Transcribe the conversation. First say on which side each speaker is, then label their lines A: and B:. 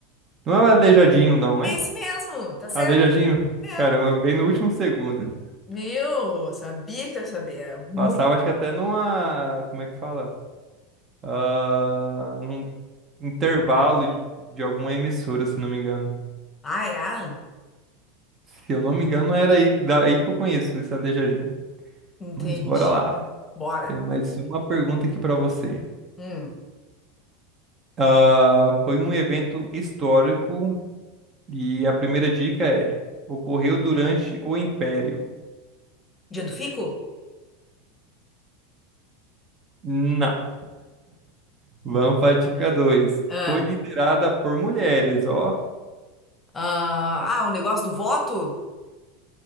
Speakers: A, on the right; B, on the left.
A: Não é o Aleijadinho, não,
B: É
A: é?
B: Esse mesmo, tá certo?
A: Aleijadinho?
B: É.
A: Caramba, veio no último segundo.
B: Viu? Sabia que tu ia saber. É Muito.
A: Passava, acho que até numa. Como é que fala? Ah, num intervalo de de alguma emissora, se não me engano.
B: Ah, é?
A: Se eu não me engano, era aí, daí que eu conheço esse Aleijadinho.
B: Entendi.
A: Mas bora lá.
B: Bora.
A: Tem mais uma pergunta aqui pra você.
B: Hum.
A: Ah, foi um evento histórico e a primeira dica é: ocorreu durante o Império?
B: Dia do fico?
A: Não. Vamos para a dica 2.
B: Ah,
A: Foi liderada por mulheres, ó.
B: ah, ah, o negócio do voto?